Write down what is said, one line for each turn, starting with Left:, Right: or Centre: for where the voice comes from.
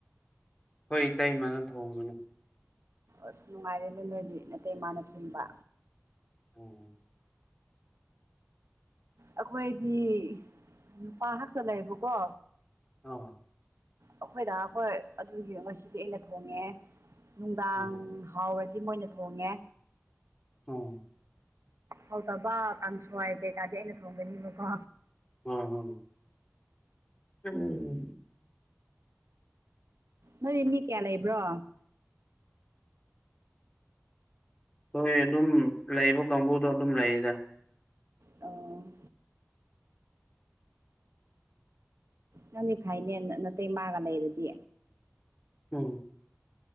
Left: ꯑꯩꯈꯣꯏ ꯏꯇꯩꯃꯅ ꯊꯣꯡꯕꯅꯤ
Right: ꯑꯁ ꯅꯨꯡꯉꯥꯏꯔꯦꯅꯦ ꯅꯣꯏꯗꯤ ꯅꯇꯩꯃꯥꯅ ꯊꯣꯡꯕ
Left: ꯎꯝ
Right: ꯑꯩꯈꯣꯏꯗꯤ ꯅꯨꯄꯥ ꯉꯥꯛꯇ ꯂꯩꯌꯦꯕꯀꯣ
Left: ꯑꯥ
Right: ꯑꯩꯈꯣꯏꯗ ꯑꯩꯈꯣꯏ ꯑꯗꯨꯒꯤ ꯉꯁꯤꯗꯤ ꯑꯩꯅ ꯊꯣꯡꯉꯦ ꯅꯨꯡꯗꯥꯡ
Left: ꯎꯝ
Right: ꯍꯥꯎꯔꯗꯤ ꯃꯣꯏꯅ ꯊꯣꯡꯉꯦ
Left: ꯎꯪ
Right: ꯍꯥꯎꯗꯕ ꯀꯥꯡꯁꯣꯏ ꯀꯩꯀꯥꯗꯤ ꯑꯩꯅ ꯊꯣꯡꯒꯅꯤꯕꯀꯣ
Left: ꯍꯣꯏ ꯍꯣꯏ ꯎꯝ
Right: ꯅꯣꯏ ꯃꯤ ꯀꯌꯥ ꯂꯩꯕ꯭ꯔꯣ
Left: ꯍꯣꯏ ꯑꯗꯨꯝ ꯂꯩꯕ ꯀꯥꯡꯕꯨꯗꯣ ꯑꯗꯨꯝ ꯂꯩꯌꯦꯗ
Right: ꯑꯣ ꯅꯪꯗꯤ ꯐꯩꯅꯦ ꯅꯇꯩꯃꯥꯒ ꯂꯩꯔꯗꯤ
Left: ꯎꯝ